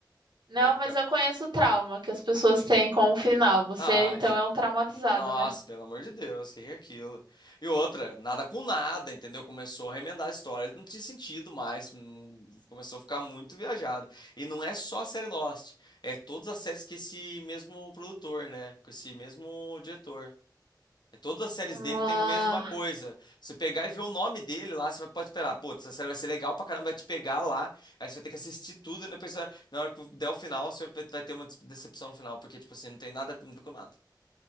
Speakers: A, on the right (about 75°); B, on the left (about 65°).
A: Não,
B: na época.
A: mas eu conheço o trauma que as pessoas têm com o final. Você,
B: Ah,
A: então, é um traumatizado,
B: Nossa,
A: né?
B: pelo amor de Deus, o que que é aquilo? E outra, nada com nada, entendeu? Começou a remendar a história, não tinha sentido mais, hum, começou a ficar muito viajada. E não é só a série Lost, é todas as séries que esse mesmo produtor, né? Com esse mesmo diretor. É, todas as séries
A: Ah.
B: dele têm a mesma coisa. Você pegar e ver o nome dele lá, você vai- pode esperar, putz, essa série vai ser legal pra caramba, vai te pegar lá, aí você vai ter que assistir tudo, e depois, você vai- na hora que der o final, você vai vai ter uma decepção no final, porque, tipo assim, não tem nada a ver com nada.